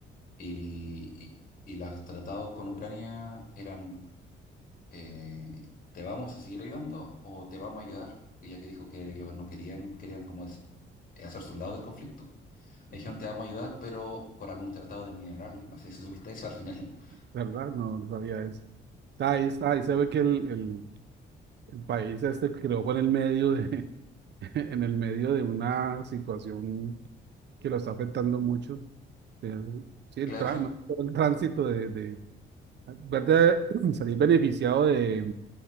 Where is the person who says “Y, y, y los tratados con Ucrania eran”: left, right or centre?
Left